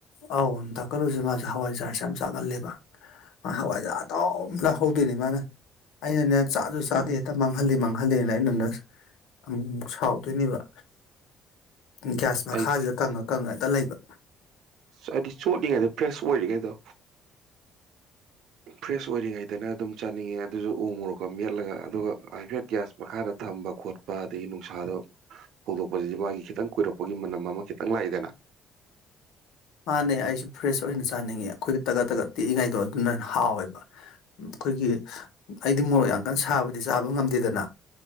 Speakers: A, on the left; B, on the right.
A: ꯑꯧ ꯗꯥ ꯀꯜꯂꯨꯁꯦ ꯃꯥꯁꯦ ꯍꯋꯥꯏꯖꯥꯔꯁꯦ ꯌꯥꯝ ꯆꯥꯒꯜꯂꯦꯕ ꯃꯥ ꯍꯋꯥꯏꯖꯥꯔ ꯑꯗꯨꯎ ꯂꯧꯍꯧꯗꯣꯏꯅꯦ ꯃꯥꯅ ꯑꯩꯅꯅꯦ ꯆꯥꯁꯨ ꯆꯥꯗꯦ ꯍꯦꯛꯇ ꯃꯥꯡꯍꯜꯂꯦ ꯃꯥꯡꯍꯜꯂꯦꯅ ꯑꯩꯅꯅꯦ ꯑꯃꯨꯃꯨꯛ ꯁꯥꯎꯗꯣꯏꯅꯦꯕ ꯒ꯭ꯌꯥꯁ ꯃꯈꯥꯁꯤꯗ
B: ꯑꯩ
A: ꯀꯪꯉ ꯀꯪꯉ ꯍꯦꯛꯇ ꯂꯩꯕ
B: ꯍꯥꯏꯗꯤ ꯆꯣꯠꯂꯤꯉꯩꯗ ꯐ꯭ꯔꯦꯁ ꯑꯣꯏꯔꯤꯉꯩꯗꯣ ꯐ꯭ꯔꯦꯁ ꯑꯣꯏꯔꯤꯉꯩꯗꯅꯦ ꯑꯗꯨꯝ ꯆꯥꯅꯤꯡꯉꯦ ꯑꯗꯨꯁꯨ ꯎ ꯃꯨꯔꯣꯛꯀ ꯃꯦꯠꯂꯒ ꯑꯗꯨꯒ ꯍꯥꯏꯐꯦꯠ ꯒ꯭ꯌꯥꯁ ꯃꯈꯥꯗ ꯊꯝꯕ ꯈꯣꯠꯄ ꯑꯗꯒꯤ ꯅꯨꯡꯁꯥꯗ ꯐꯣꯗꯣꯛꯄꯁꯤꯁꯨ ꯃꯥꯒꯤ ꯈꯤꯇꯪ ꯀꯨꯏꯔꯛꯄꯒꯤ ꯃꯅꯝ ꯑꯃ ꯈꯤꯇꯪ ꯂꯥꯛꯏꯗꯅ
A: ꯃꯥꯅꯦ ꯑꯩꯁꯨ ꯐ꯭ꯔꯦꯁ ꯑꯣꯏꯅ ꯆꯥꯅꯤꯡꯉꯦ ꯑꯩꯈꯣꯏꯒꯤ ꯇꯒꯠ ꯇꯒꯠ ꯇꯦꯛꯏꯉꯩꯗꯣ ꯑꯗꯨꯅ ꯍꯥꯎꯋꯦꯕ ꯎꯝ ꯑꯩꯈꯣꯏꯒꯤ ꯑꯩꯗꯤ ꯃꯣꯔꯣꯛ ꯌꯥꯝ ꯀꯟ ꯁꯥꯕꯗꯤ ꯆꯥꯕ ꯉꯝꯗꯦꯗꯅ